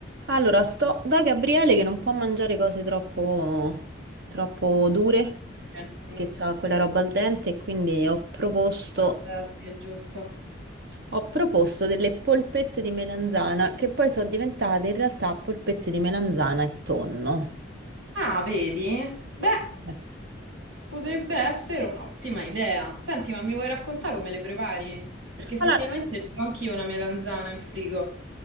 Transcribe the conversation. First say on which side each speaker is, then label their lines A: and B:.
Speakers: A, on the right; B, on the right.
A: Allora, sto da Gabriele che non può mangiare cose troppo, troppo dure,
B: Eh,
A: perché
B: mm,
A: ha quella roba al dente, e quindi ho proposto,
B: vabbè, sì, è giusto.
A: ho proposto delle polpette di melanzana, che poi sono diventate in realtà polpette di melanzana e tonno.
B: Ah, vedi? Beh,
A: Eh.
B: potrebbe essere un'ottima idea. Senti, ma mi vuoi raccontare come le prepari? Perché effettivamente
A: Allora,
B: ho anch'io una melanzana in frigo.